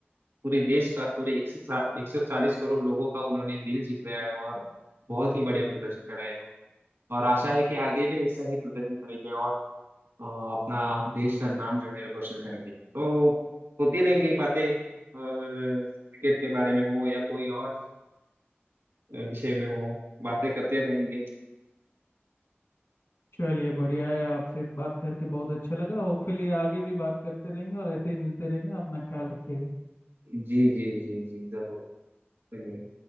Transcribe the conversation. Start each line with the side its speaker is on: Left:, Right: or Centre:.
Right: पूरे देश का पूरे एक सौ एक सौ चालीस करोड़ लोगों का उन्होंने दिल जीत लिया है और बहुत ही बढ़िया प्रदर्शन कर रहे हैं और आशा है कि आगे भी ऐसा ही प्रदर्शन करेंगे और अ, अपना देश का नाम जो है रोशन करेंगे तो होती रहेंगी बातें और क्रिकेट के बारे में हो या कोई और विषय में हो बातें करते रहेंगे
Left: चलिए बढ़िया है आपसे बात करके बहुत अच्छा लगा होपफुली आगे भी बात करते रहेंगे और ऐसे ही मिलते रहेंगे अपना ख्याल रखिएगा
Right: जी जी जी जी जरूर चलिए